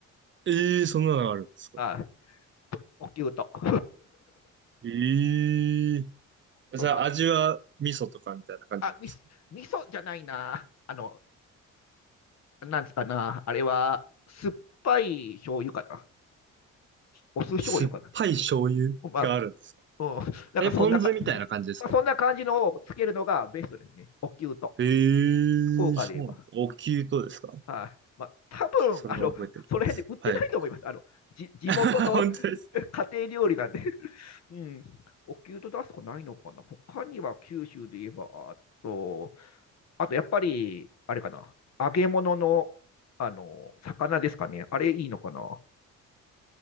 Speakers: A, on the right; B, on the left.
A: ええー、そんなのがあるんですか
B: あ、おきゅうと。<laughs>
A: ええー。
B: と何
A: じゃあ、味は味噌とかみたいな感じなんですか
B: あ、み、味噌じゃないな。あの、なんつかな。あれは、酸っぱい醤油かな。お酢醤油かな。
A: 酸っぱい醤油があるんですか
B: まあ、うん、なんかそんなか、
A: え、ポン酢みたいな感じですか
B: そんな感じのをつけるのがベストですね。おきゅうと。
A: えー、
B: 福岡で言えば。
A: そうなんですお灸とですか
B: はい、まあ、多分あのその辺で売ってないと思います。
A: ちょっとそれは覚えておきます。はい。
B: あのじ地元の
A: <laughs> 本当ですか
B: <laughs> 家庭料理なんで、<laughs> うん、お給と出すとこないのかな。他には九州で言えば、あと、あとやっぱり、あれかな、揚げ物のあの魚ですかね。あれいいのかな。